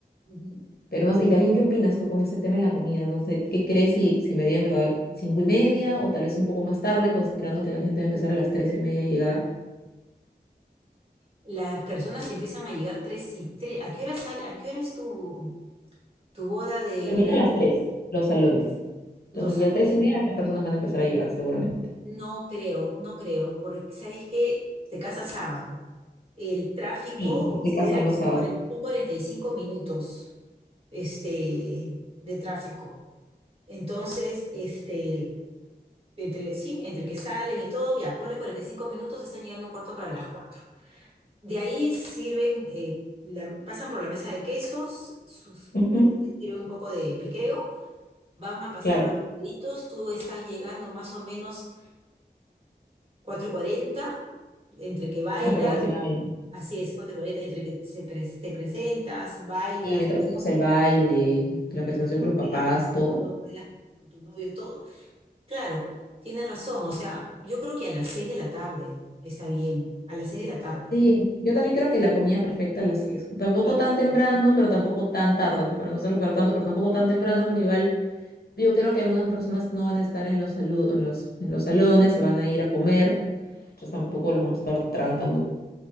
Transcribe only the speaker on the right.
Ujú.
Las personas empiezan a llegar tres y tres. ¿A qué hora sal, a qué hora es tu, tu boda de
en la ig-
los salones?
No creo, no creo, porque sabes que te casas sábado. El tráfico
considera
que son
cuaren- son 45 minutos este, de tráfico. Entonces, este, entre, sí, entre que salen y todo, ya, ponle 45 minutos, están llegando a un cuarto para las cuatro De ahí sirven, eh, la- pasan por la mesa de quesos, sus,
sirven un poco de piqueo, van a pasar
los bocaditos, tú estás llegando más o menos cuatro y cuarenta entre que bailas,
Así es, cuatricoleta, entre que se pre- te presentas, bailas,
bailas,
bailas,
bailas
todo, bailas con con tu novio, todo. Claro, tienes razón, o sea, yo creo que a las seis de la tarde está bien, a las seis de la tarde.
Sí,
a las
seis.